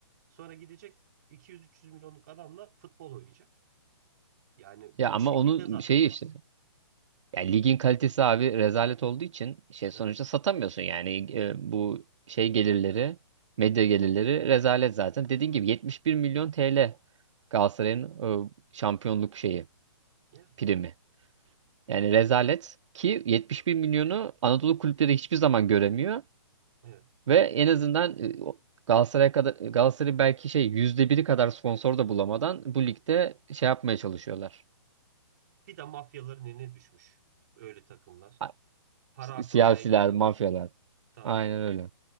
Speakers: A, on the right (about 35°); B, on the right (about 80°).
A: Sonra gidecek 200-300 milyonluk adamla futbol oynayacak. Yani bu
B: Ya ama
A: şekilde
B: onun
A: zaten
B: şeyi
A: olmaz.
B: işte Ya ligin kalitesi abi rezalet olduğu için şey sonuçta
A: Evet.
B: satamıyorsun yani e, bu şey gelirleri, medya gelirleri rezalet zaten. Dediğin gibi 71 milyon TL Galatasaray'ın e, şampiyonluk şeyi
A: Yani,
B: primi. Yani rezalet ki 71 milyonu Anadolu kulüpleri hiçbir zaman göremiyor
A: evet.
B: ve en azından e, o- Galatasaray'a kadar Galatasaray belki şey yüzde biri kadar sponsor da bulamadan bu ligde şey yapmaya çalışıyorlar.
A: Bir de mafyaların eline düşmüş öyle takımlar.
B: A-
A: Para aklamaya
B: Siyasiler,
A: geliyorlar.
B: mafyalar.
A: Tabii.
B: Aynen öyle.